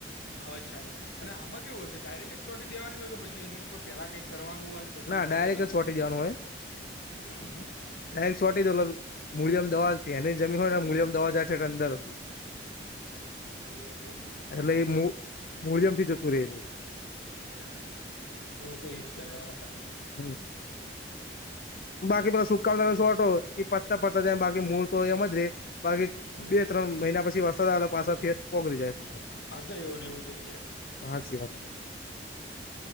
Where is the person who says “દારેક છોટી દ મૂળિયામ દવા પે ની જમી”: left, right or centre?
Left